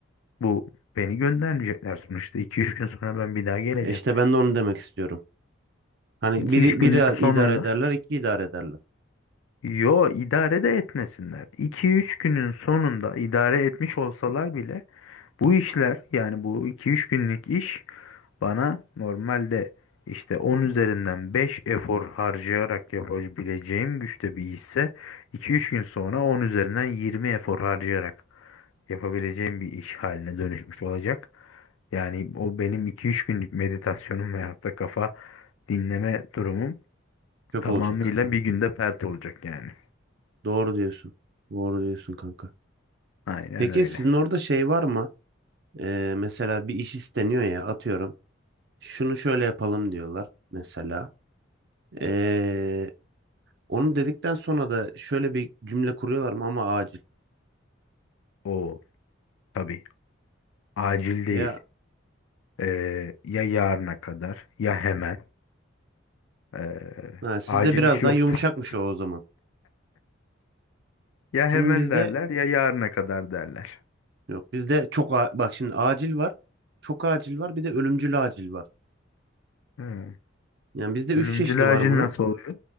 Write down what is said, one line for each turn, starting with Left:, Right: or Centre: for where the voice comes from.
Left: bu beni göndermeyecekler sonuçta. iki üç gün sonra ben bir daha geleceğim.
Right: E İşte ben de onu demek istiyorum. Hani
Left: 2
Right: biri,
Left: üç günün
Right: biri
Left: sonunda.
Right: idare ederler, iki idare ederler.
Left: Yo idare de etmesinler. 2 üç günün sonunda idare etmiş olsalar bile bu işler yani bu iki üç günlük iş bana normalde işte 10 üzerinden 5 efor harcayarak yapabileceğim güçte bir işse iki üç gün sonra 10 üzerinden 20 efor harcayarak yapabileceğim bir iş haline dönüşmüş olacak. Yani o benim iki üç günlük meditasyonum veyahut da kafa dinleme durumum
Right: Çöp
Left: Tamamıyla
Right: olacak.
Left: bir günde pert olacak yani.
Right: Doğru diyorsun. Doğru diyorsun kanka.
Left: Aynen
Right: Peki
Left: öyle.
Right: sizin orada şey var mı? Ee, mesela bir iş isteniyor ya atıyorum. Şunu şöyle yapalım diyorlar mesela. E, Onu dedikten sonra da şöyle bir cümle kuruyorlar mı ama acil.
Left: O tabii acil değil.
Right: Ya
Left: Ee, ya yarına kadar ya hemen. Ee,
Right: ha, sizde
Left: acil
Right: biraz
Left: iş
Right: daha
Left: yoktur.
Right: yumuşakmış o o zaman.
Left: Ya
Right: Çünkü
Left: hemen
Right: bizde
Left: derler ya yarına kadar derler.
Right: yok bizde çok a- bak şimdi acil var. Çok acil var bir de ölümcül acil var.
Left: Hı.
Right: Yani bizde üç
Left: Ölümcül
Right: çeşidi var
Left: acil
Right: bunun.
Left: nasıl oluyor?